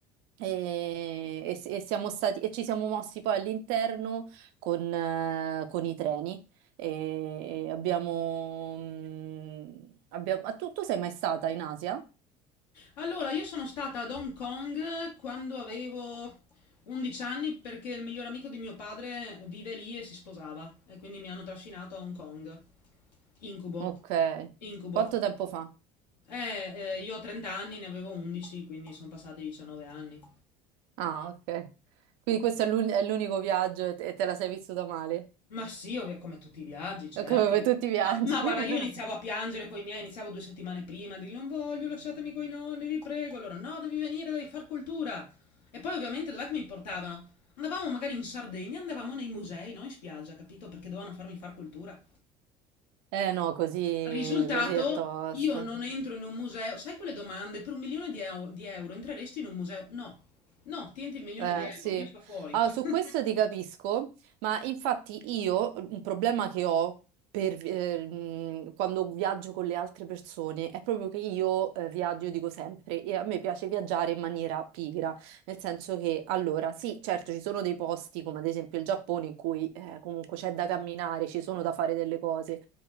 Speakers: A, on the right; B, on the left.
A: E, e s- e siamo stati, e ci siamo mossi poi all'interno con, eh, con i treni e, e abbiamo, mm, abbiamo... ah, tu, tu sei mai stata in Asia?
B: Allora, io sono stata ad Hong Kong quando avevo 11 anni perché il miglior amico di mio padre vive lì e si sposava e quindi mi hanno trascinato a Hong Kong. Incubo,
A: Ok.
B: incubo.
A: Quanto tempo fa?
B: Eh, eh, io ho 30 anni, ne avevo 11, quindi sono passati 19 anni.
A: Ah, ok. Quindi questo è l'un- è l'unico viaggio e te, e te la sei vissuta male?
B: Ma sì, ovvio, come tutti i viaggi, certo.
A: Come per tutti i viaggi.
B: Ma, ma guarda,
A: <laughs>
B: io iniziavo a piangere con i miei, iniziavo due settimane prima, a dirgli non voglio, lasciatemi coi nonni, vi prego. Loro, no, devi venire, devi far cultura. E poi ovviamente dov'è che mi portavano? Andavamo magari in Sardegna, andavamo nei musei, non in spiaggia, capito? Perché dovevano farmi far cultura.
A: Eh no, così,
B: Risultato,
A: così è tosta.
B: io non entro in un museo. Sai quelle domande? Per un milione di, eu- di euro entreresti in un museo? No, no, tienti il milione
A: Eh,
B: di euro,
A: sì,
B: io sto fuori.
A: Allora,
B: <laughs>
A: su questo ti capisco, ma infatti io un problema che ho per, eh, mh, quando viaggio con le altre persone è proprio che io eh, viaggio, io dico sempre, e a me piace viaggiare in maniera pigra, nel senso che allora sì, certo ci sono dei posti come ad esempio il Giappone in cui eh, comunque c'è da camminare, ci sono da fare delle cose,